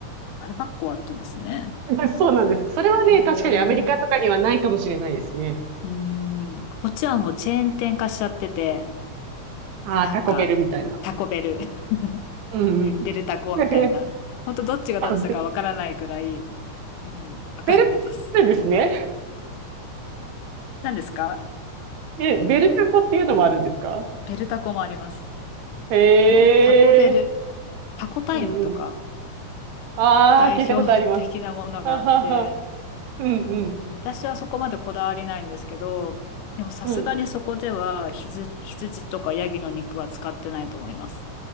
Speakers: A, on the left; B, on the right.
A: バルバッコはって言うんですね。
B: <laughs> そうなんです。それはね、
A: へえ、
B: 確かにアメリカとかにはないかもしれないですね。
A: うん。こっちはもうチェーン店化しちゃってて、
B: ああ、
A: なんか、
B: タコベルみたいな。
A: タコベル、
B: うんうん。
A: <laughs> デルタコみたいな。
B: <laughs>
A: ほんとどっちがどっちだかわからないくらい、
B: あ、ベ
A: うん、わかんないです。
B: ベルトですね。
A: 何ですか
B: え、ベルタコっていうのもあるんですか
A: ベルタコもあります。
B: へえ、
A: えタコベル、タコタイムとか
B: うんうん。ああ、
A: 代表的なものがあって、
B: 聞いたことあります。ははは。うんうん。
A: うん、私はそこまでこだわりないんですけど、でもさすがにそこでは羊、
B: うん。
A: 羊とかヤギの肉は使ってないと思います。